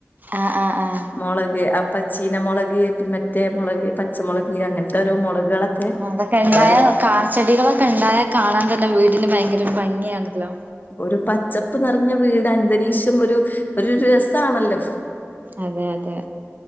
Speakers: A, on the right; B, on the left.
A: ആഹ് ആഹ് ആഹ്
B: മൊളക് അപ്പച്ചീന മൊളക് മറ്റേ മൊളക് പച്ച മൊള ക് അങ്ങൻത്താേരാേ മൊളക് കളൊക്കെ
A: അതൊക്കെ ഉണ്ടായ
B: ഒരു
A: കാ ചെടികളൊക്കെ ഇണ്ടായാൽ കാണാൻ തന്നെ വീടിന് ഭയങ്കര ഒരു ഭംഗിയാണല്ലോ.
B: ഒരു പച്ചപ്പ് നിറഞ്ഞ വീട് അന്തരീക്ഷം ഒരു ഒരു രസാണല്ലോ
A: അതെ അതെ